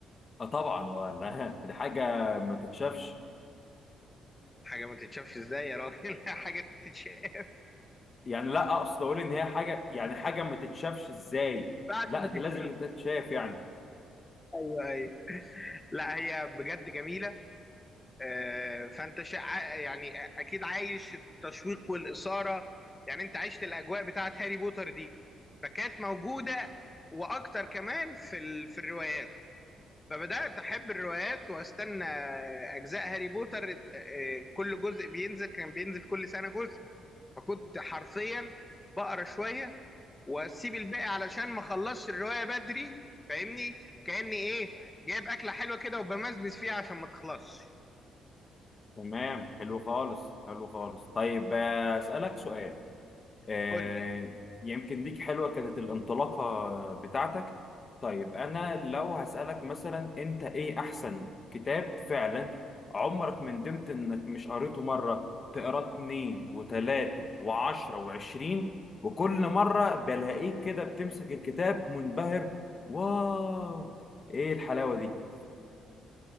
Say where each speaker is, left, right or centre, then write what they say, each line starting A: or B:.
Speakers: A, on the left; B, on the left.
A: اه طبعا ولا <laughs> دي حاجه ما تتشافش
B: حاجة ما تتشافش ازاي يا راجل <laughs> حاجة تتشاف
A: يعني لا اقصد اقول ان هي حاجه يعني حاجه ما تتشافش ازاي
B: بعد
A: لا
B: ما
A: دي
B: تتشاف
A: لازم تتشاف يعني
B: ايوه ايوه لا هي بجد جميلة آه، فانت شع... يعني اكيد عايش التشويق والاثاره يعني انت عشت الاجواء بتاعت هاري بوتر دي فكانت موجوده واكتر كمان في ال... في الروايات فبدات احب الروايات واستنى اجزاء هاري بوتر آه، آه، كل جزء بينزل كان بينزل كل سنه جزء فكنت حرفيا بقرا شويه واسيب الباقي علشان ما اخلصش الروايه بدري فاهمني كاني ايه جايب اكله حلوه كده وبمزمز فيها عشان ما تخلصش
A: تمام حلو خالص حلو خالص طيب آه، اسالك سؤال آه،
B: قول لي
A: يمكن ديك حلوة كانت الانطلاقة بتاعتك طيب أنا لو هسألك مثلا أنت إيه أحسن كتاب فعلا عمرك ما ندمت إنك مش قريته مرة تقراه اتنين وتلاتة وعشرة وعشرين وكل مرة بلاقيك كده بتمسك الكتاب منبهر واو إيه الحلاوة دي